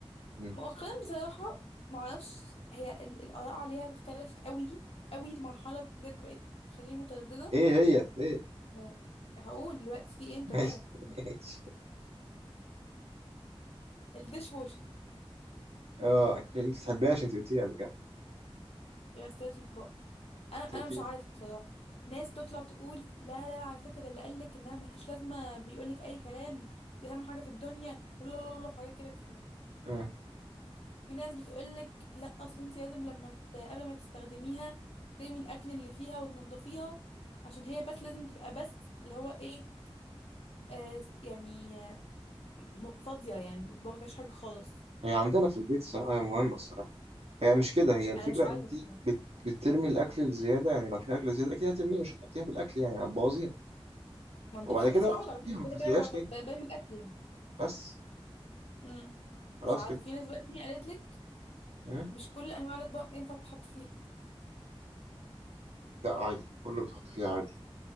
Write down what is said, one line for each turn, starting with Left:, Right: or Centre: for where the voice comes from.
Right: مم.
Left: مؤخرا بصراحة معرفش هي ال- الآراء عليها اختلفت قوي قوي المرحلة بجد بقت تخليني مترددة
Right: إيه هي إيه
Left: آه، هقول دلوقتي في ايه انت
Right: ماشي
Left: مالك في ايه
Right: ماشي
Left: الديش واشر
Right: اه أنت أنت بتحبيهاش أنت قلتيها قبل كده
Left: غسالة الأطباق انا
Right: أنت
Left: انا
Right: قلتي
Left: مش عارفه بصراحه ناس تطلع تقول لا لا على فكره ده اللي قالك انها ملهاش لازمه بيقولك اي كلام دي اهم حاجه في الدنيا لا لا لا لا وحاجات كده كتير
Right: آه.
Left: في ناس بتقولك لا اصل انت لازم لما ت... قبل ما تستخدميها ترمي الاكل اللي فيها وتنضفيها عشان هي بس لازم تبقى بس اللي هو ايه آه يعني آه م- فاضيه يعني ما فيهاش حاجه خالص
Right: هي عندنا في البيت الصراحة هي مهمة الصراحة هي مش كده هي الفكرة
Left: انا مش عارفه
Right: انت
Left: بصراحة.
Right: بت... بترمي الاكل الزيادة يعني لو في اكل زيادة اكيد هترميه مش هتحطيها في الاكل يعني هتبوظيها
Left: ما انت-
Right: وبعد
Left: حتى
Right: كده
Left: في الحوض
Right: بقى بتحطيها
Left: على فكره
Right: ما
Left: كده
Right: بتغسليهاش
Left: كده ب-
Right: تاني
Left: ب- برمي الاكل يعني
Right: بس
Left: مم.
Right: خلاص
Left: مش عارفه
Right: كده
Left: في ناس بقى تانية قالت لك
Right: مم.
Left: مش كل انواع الاطباق ينفع تتحط فيها
Right: لا عادي كله بتحط فيها عادي